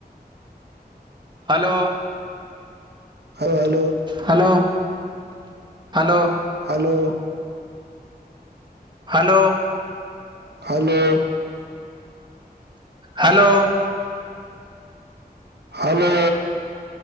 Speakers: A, on the right; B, on the right.
A: hello
B: hello hello
A: hello hello
B: hello
A: hello
B: hello
A: hello
B: हलो